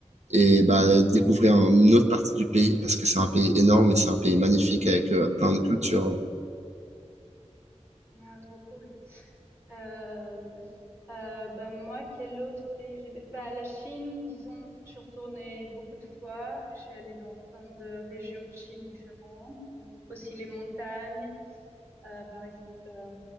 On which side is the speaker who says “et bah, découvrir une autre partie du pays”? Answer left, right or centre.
Right